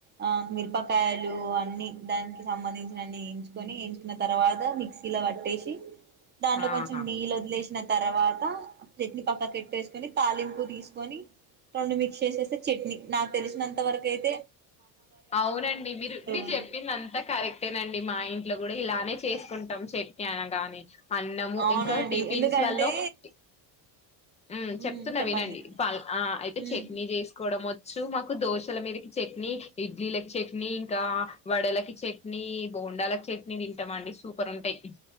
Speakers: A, on the right (about 25°); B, on the left (about 15°).
A: ఆ మిరపకాయలు అన్ని దానికి సంబంధించినన్ని ఎంచుకొని ఎంచుకున్న తర్వాత మిక్సీలో పట్టేసి దాంట్లో
B: ఆహా
A: కొంచం నీళ్ళు వదిలేసి తర్వాత పట్ని పక్కకు పెట్టు ట్టే సుకుని తాలింపు తీసుకొని రెండు మిక్స్ చేసేస్తే చట్నీ నాకు తెలిసినంత వరకుయితే
B: అవునండి మీరు మీరు
A: అని
B: చెప్పింది అంతా కరెక్టేనండి మా ఇంట్లో కూడా ఇలానే చేసుకుంటాం చట్నీ అనడానికి అన్నము
A: అవునండి
B: ఇంకా టిఫిన్స్
A: ఎందుకంటే
B: లలో ఈ ఉమ్మ్ చెప్తున్నా
A: మ్మ్ చెప్పండి
B: వినండి పల్ ఆ అయితే
A: మ్మ్
B: చట్నీ చేసుకోవడం శృ మాకు దోశల మీదకి చట్నీ ఇడ్లీకి చట్నీ ఇంకా వడలకి చట్నీ బోండాలకి చట్నీ తింటామ అండి సూపర్ ఉంటయి